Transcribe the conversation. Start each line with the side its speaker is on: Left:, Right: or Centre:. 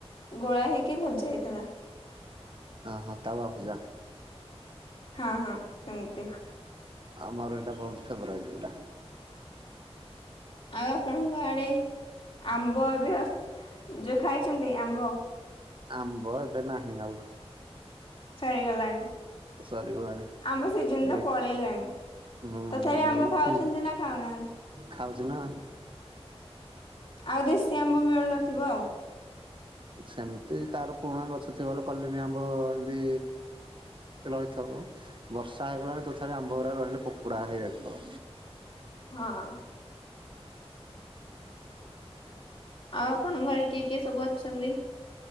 Left: ଗୋଳା ହେଇକି ଭଜା ହେଇଥିଲା।
Right: ଆ ହାଁ ତାୱା ଭଜା।
Left: ହଁ ହଁ ସେମିତି।
Right: ଆମର ଏଇଟା ବହୁତ ଫେବରାଇଟ୍ ଏଇଟା।
Left: ଆଉ ଆପଣଙ୍କ ଆଡେ ଆମ୍ବ ଏବେ ଅ ଯୋଉ ଖାଇଛନ୍ତି ଆମ୍ବ।
Right: ଆମ୍ବ ଏବେ ନାହିଁ ଆଉ।
Left: ସରିଗଲାଣି
Right: ସରିଗଲାଣି
Left: ଆମ୍ବ ସିଜିନ ତ
Right: ଏ
Left: ପଳେଇଲାଣି।
Right: ହୁଁ
Left: ତଥାପି ଆମ୍ବ
Right: ଏଇଥି
Left: ଖାଉଛନ୍ତି ନା ଖାଉନାହାନ୍ତି।
Right: ଖାଉଚୁ ନା।
Left: ଆଉ ଦେଶୀ ଆମ୍ବ ମିଳୁନଥିବ ଆଉ।
Right: ସେମିତି ତାରପୁରୁଣା ଗଛ ଥିବ ବୋଲିକଲିମ୍ବଆମ୍ବ ହେନ୍ତି ରହିଥିବ ବର୍ଷା ହେଇଗଲାଣି ତଥାପି ଆମ୍ବ ଗୁରା ରହିଲେ ପୋକୋଡ଼ା ହେଇଯାଇଥିବ।
Left: ହଁ। ଆଉ ଆପଣଙ୍କ ଘରେ କିଏ କିଏ ସବୁ ଅଛନ୍ତି?